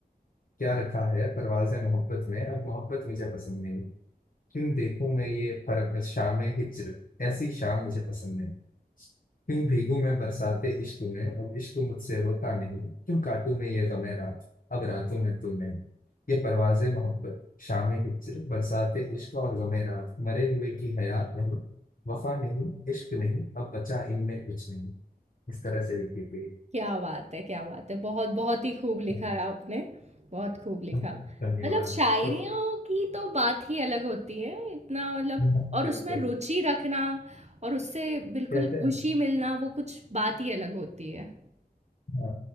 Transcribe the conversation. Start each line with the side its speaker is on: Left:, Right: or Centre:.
Left: क्या रखा है परवाज़ मोहब्बत में अब मोहब्बत मुझे पसंद नहीं क्यों देखूं मैं ये परवश शाम हिजर ऐसी शाम मुझे पसंद नहीं क्यों भीगू मैं बरसाते इश्क में अब इश्क मुझसे होता नहीं क्यों काटू मैं ये गमे रात अब रातों में तुम नहीं ये परवाज़े मोहब्बत शाम हिजर बरसाते इश्क और गमे रात मरे हुए की हयात नहीं वफा नहीं इश्क नहीं अब बचा इनमें कुछ नहीं इस तरह से लिखी थी
Right: क्या बात है! क्या बात है! बहुत, बहुत ही खूब लिखा
Left: हाँ,
Right: है आपने, बहुत खूब लिखा।
Left: हाँ, धन्यवाद
Right: मतलब शायरियों
Left: तो
Right: की तो बात ही अलग होती है, इतना मतलब
Left: <laughs>
Right: और
Left: बिल्कुल
Right: उसमें रुचि रखना और उससे बिल्कुल
Left: कहते
Right: खुशी
Left: हैं
Right: मिलना, वो कुछ बात ही अलग होती है।
Left: हाँ